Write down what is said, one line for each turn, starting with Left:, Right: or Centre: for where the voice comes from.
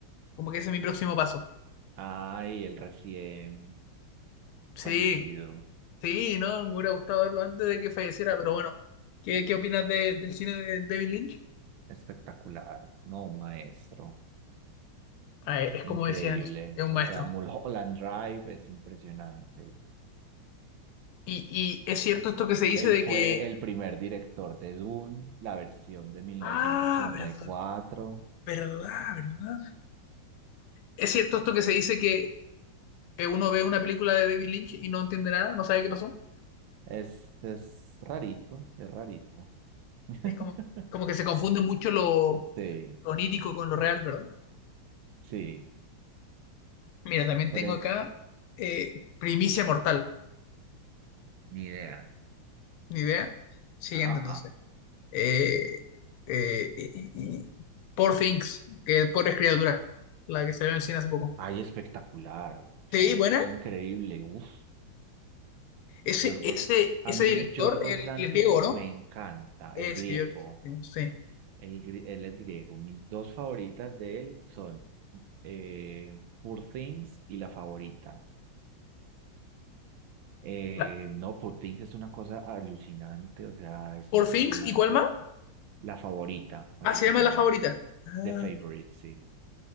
Left: como que ese es mi próximo paso.
Right: Ay, el recién
Left: Sí,
Right: fallecido,
Left: sí, ¿no? Me hubiera gustado verlo antes de que falleciera, pero bueno. ¿Qué, qué opinas de- del cine de David Lynch?
Right: espectacular, no, un maestro,
Left: Ah, eh, es
Right: increíble.
Left: como decían entonces, es un
Right: O
Left: maestro.
Right: sea, Mulholland Drive es impresionante.
Left: Y, y es cierto esto que se dice
Right: Él
Left: de
Right: fue
Left: que...
Right: el primer director de Dune, la versión de mil novecientos
Left: Ah,
Right: ochenta
Left: verdad,
Right: y cuatro.
Left: verdad, verdad. ¿Es cierto esto que se dice que que uno ve una película de David Lynch y no entiende nada, no sabe qué pasó?
Right: Es, es rarito, es rarito. <laughs>
Left: Es como, como que se confunde mucho lo,
Right: Sí,
Left: lo onírico con lo real, ¿verdad?
Right: sí,
Left: Mira, también
Right: por
Left: tengo
Right: e-
Left: acá eh, Primicia Mortal,
Right: ni idea.
Left: ni idea. Siguiente,
Right: Ah,
Left: entonces.
Right: ah.
Left: Eh, eh, y- y- y- Poor Things, que Pobres Criaturas, la que salió en el cine hace poco.
Right: Ay, espectacular. O
Left: Sí,
Right: sea,
Left: buena.
Right: eso es increíble. Uf.
Left: Ese,
Right: Yorgos,
Left: ese,
Right: a
Left: ese
Right: mí
Left: director,
Right: Yorgos
Left: el,
Right: Lántimos
Left: el griego, ¿no?
Right: me encanta. Es
Left: Ese,
Right: griego.
Left: yo no sé.
Right: Él, gri- él es griego. Mis dos favoritas de él son eh, Poor Things y La Favorita. Eh,
Left: La-
Right: no, Poor Things es una cosa alucinante. O sea, es
Left: Poor
Right: impresionante.
Left: Things, ¿y cuál más?
Right: La Favorita, así
Left: Ah, se
Right: se
Left: llama
Right: llama.
Left: La Favorita. Ah,
Right: The Favorite, sí.